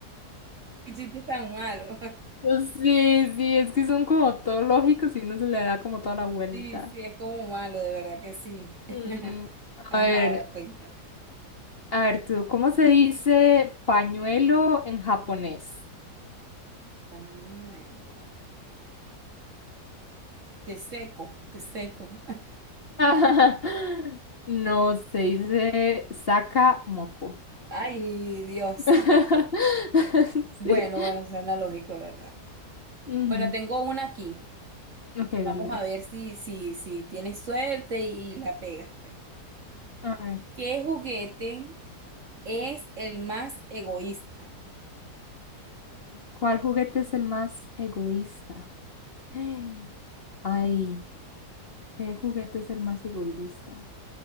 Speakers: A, on the right; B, on the left.
A: Y chiste tan malo. <laughs>
B: Pues Sí, sí, es que son como todo lógicos y uno se le da como toda la vuelta.
A: Sí, sí, es como malo, de verdad que sí. <laughs>
B: Mm,
A: Ajá,
B: a ver,
A: ahora cuéntame.
B: a ver tú, ¿cómo se dice pañuelo en japonés?
A: Pañuelo. Te seco, te seco. <laughs>
B: <laughs> No, se dice saca moco.
A: Ay, Dios.
B: <laughs>
A: Bueno,
B: Sí.
A: bueno, suena lógico, de ¿verdad?
B: Ujú.
A: Bueno, tengo una aquí.
B: Ok,
A: Vamos
B: dale, a
A: a
B: ver.
A: ver si, si, si tienes suerte y la pegas, pues.
B: A ver.
A: ¿Qué juguete es el más egoísta?
B: ¿Cuál juguete es el más egoísta? <gasps> Ay, ¿qué juguete es el más egoísta?